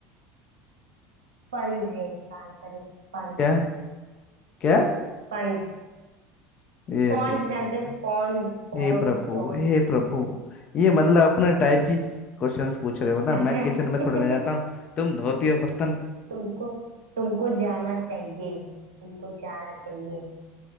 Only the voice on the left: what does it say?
क्या क्या
हे
प्रभु
हे प्रभु
हे प्रभु ये मतलब अपने टाइप की क्वेश्चंस पूछ रहे हो ना
मैं किचन में थोड़ी ना जाता हूँ तुम धोती हो बर्तन